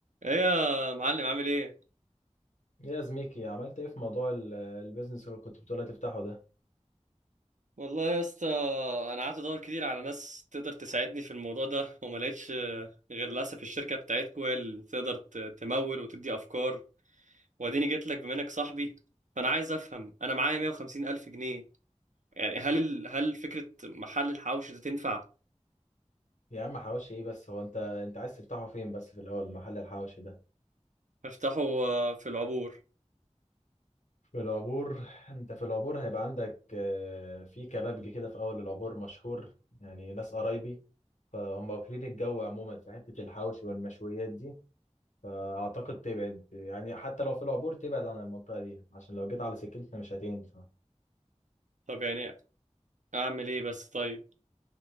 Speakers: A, on the right; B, on the left.
A: ايه يا معلم عامل ايه
B: إيه يا زميكي عملت ايه في موضوع ال- البيزنس اللي كنت بتقول تفتحه ده
A: والله يا اسطى انا قعدت ادور كتير على ناس تقدر تساعدني في الموضوع ده وما لقيتش آه، غير للاسف الشركه بتاعتكم هي اللي تقدر ت- تمول وتدي افكار واديني جيت لك بما انك صاحبي فانا عايز افهم انا معايا 150 الف جنيه يعني هل ال- هل فكره محل الحوش ده تنفع
B: يا عم حواوشي ايه بس هو انت انت عايز تفتحه فين بس في الاول محل الحواوشي ده
A: افتحه آه، في العبور
B: في العبور انت في العبور هيبقى عندك آه، في كبابجي كده في اول العبور مشهور يعني ناس قرايبي فهم واكلين الجو عموما في حتة الحواوشي والمشويات دي فاعتقد تبعد يعني حتى لو في العبور تبعد عن المنطقة دي عشان لو جيت على سكتنا مش هتنفع
A: طب يعني اعمل ايه بس طيب